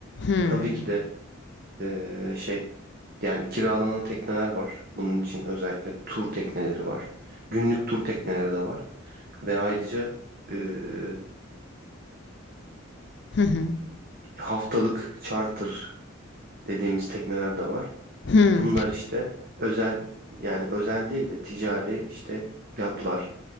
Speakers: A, on the left; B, on the right.
A: Hmm.
B: Tabii ki de eee, şey yani kiralanan tekneler var. Bunun için özellikle tur tekneleri var. Günlük tur tekneleri de var. Ve ayrıca eee,
A: Hı hı.
B: haftalık charter dediğimiz tekneler de var.
A: Hmm.
B: Bunlar işte özel yani özel değil de ticari işte yatlar